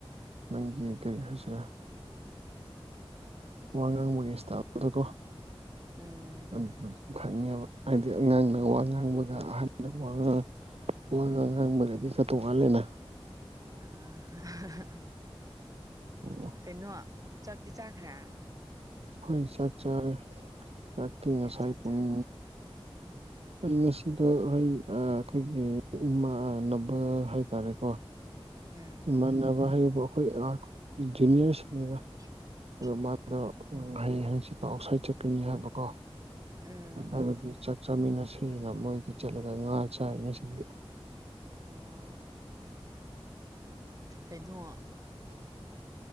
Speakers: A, on the right (about 85°); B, on the right (about 35°).
A: ꯅꯪꯒꯤ ꯀꯔꯤ ꯍꯥꯏꯁꯤꯔꯥ ꯋꯥ ꯉꯥꯡꯕꯒꯤ ꯏꯁꯇꯥꯜꯗꯨꯗ ꯀꯣ
B: ꯎꯝ
A: ꯑꯗꯨ ꯑꯗꯨꯝ ꯈꯪꯉꯦꯕ ꯍꯥꯏꯗꯤ ꯑꯉꯥꯡꯅ ꯋꯥ ꯉꯥꯡꯕꯒ ꯑꯍ ꯋꯥ ꯉꯥꯡ ꯋꯥ ꯉꯥꯡ ꯉꯥꯡꯕꯒꯗꯤ ꯈ ꯇꯣꯛꯉꯥꯜꯂꯦꯅ
B: ꯑ ꯑ
A: ꯑꯣ
B: ꯀꯩꯅꯣ ꯆꯥꯛꯇꯤ ꯆꯥꯈ꯭ꯔꯥ
A: ꯍꯣꯏ ꯆꯥꯛ ꯆꯥ ꯆꯥꯛꯀꯤ
B: ꯀꯦꯟꯁꯪ
A: ꯉꯁꯥꯏ ꯄꯨꯡ
B: ꯆꯥꯕ꯭ꯔꯥ
A: ꯑꯩ ꯉꯁꯤꯗꯣ ꯍꯣꯏ ꯑꯩꯈꯣꯏꯒꯤ ꯏꯃꯥꯟꯅꯕ ꯍꯥꯏꯇꯥꯔꯦꯀꯣ
B: ꯎꯝ
A: ꯏꯃꯥꯟꯅꯕ ꯍꯥꯏꯕꯨ ꯑꯩꯈꯣꯏ ꯖꯨꯅꯤꯌꯔꯁꯤꯡ
B: <unintelligible>
A: ꯑꯗꯣ ꯃꯥꯗ ꯍꯌꯦꯡ ꯍꯌꯦꯡꯁꯤ ꯇ ꯑꯥꯎꯠ ꯁꯥꯏꯗ ꯆꯠꯀꯅꯤ ꯍꯥꯏꯕꯀꯣ
B: ꯎꯝ
A: ꯑꯗꯨꯗꯤ ꯆꯥꯛ ꯆꯥꯃꯤꯟꯅꯁꯦꯅ ꯃꯣꯏꯗ ꯆꯠꯂꯒ ꯉꯥ ꯆꯥꯏ ꯉꯁꯤꯡꯗ
B: ꯑꯣ ꯀꯩꯅꯣ
A: ꯎꯝ